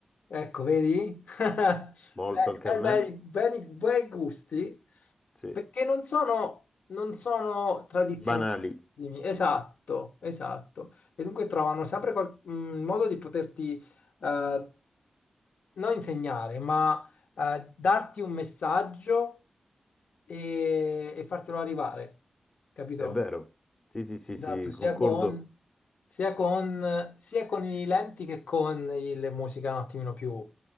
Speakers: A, on the left; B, on the left.
A: Ecco, vedi? <laughs> Bene,
B: molto anche
A: bel-
B: a me.
A: bel- beni- bei gusti,
B: Sì.
A: perché non sono, non sono tradizionali.
B: Banali,
A: Esatto, esatto. E dunque trovano sempre qual- un modo di poterti eh, non insegnare, ma eh, darti un messaggio e, e fartelo arrivare, capito?
B: è vero. Sì, sì, sì, sì,
A: Esatto, sia
B: concordo.
A: con, sia con, sia con i lenti che con i- le musiche un attimino più,